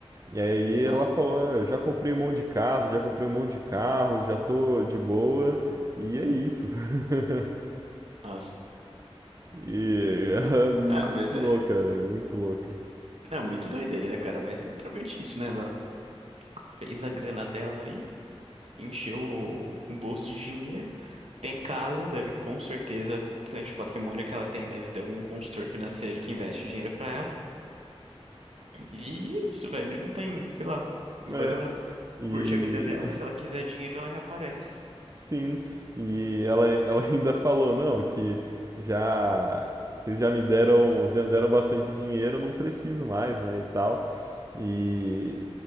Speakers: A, on the right; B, on the right.
A: E aí
B: nossa,
A: ela falou, "É, eu já comprei um monte de casa, já comprei um monte de carro, já tô de boa, e é isso. <laughs>
B: nossa.
A: E ela é muito
B: Ah, mas é.
A: louca, velho, muito louca.
B: Não, muito doideira, cara, mas é literalmente isso, né? Ela fez a grana dela aí encheu o, o bolso de dinheiro. Tem casa, deve com certeza, com o tanto de patrimônio que ela tem, deve ter algum consultor financeiro que investe dinheiro pra ela. E é isso, velho. Não tem, sei lá. Agora
A: É.
B: ela
A: E
B: curte a vida dela, se ela quiser dinheiro, ela reaparece.
A: Sim, e ela, ela ainda falou, não, que já vocês já me deram, já me deram bastante dinheiro, eu não preciso mais, né, e tal. E,